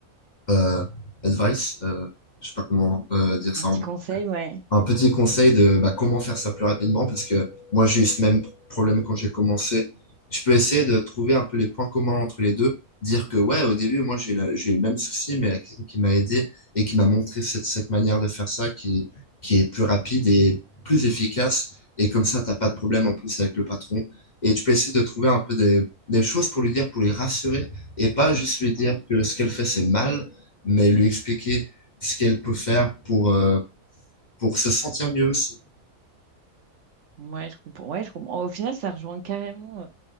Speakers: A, on the left (about 40°); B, on the right (about 65°).
A: euh, advice. Euh, je sais pas comment euh, dire
B: Un
A: ça
B: petit
A: en
B: conseil, ouais.
A: un petit conseil de bah, comment faire ça plus rapidement, parce que moi j'ai eu ce même problème quand j'ai commencé. Tu peux essayer de trouver un peu les points communs entre les deux, dire que ouais, au début, moi j'ai eu la- j'ai eu le même souci, mais il y a quelqu'un qui m'a aidé et qui m'a montré cette, cette manière de faire ça qui, qui est plus rapide et plus efficace. Et comme ça, t'as pas de problème en plus avec le patron. Et tu peux essayer de trouver un peu des, des choses pour lui dire, pour lui rassurer, et pas juste lui dire
B: Mm.
A: que ce qu'elle fait, c'est mal, mais lui expliquer ce qu'elle peut faire pour... euh, pour se sentir mieux aussi.
B: Ouais, je comprends. Ouais, je comprends. Au final, ça rejoint carrément euh,